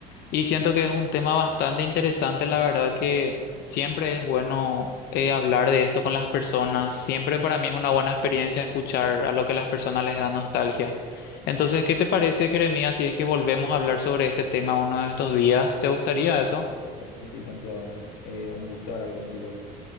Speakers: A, on the left; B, on the left.
A: y siento que es un tema bastante interesante, la verdad que siempre es bueno eh, hablar de esto con las personas, siempre para mí es una buena experiencia escuchar a lo que las personas les da nostalgia. Entonces, ¿qué te parece, Jeremías, si es que volvemos a hablar sobre este tema uno de estos días? ¿Te gustaría eso?
B: Claro que sí, Santiago. ¿no? Eh, un gusto hablar contigo.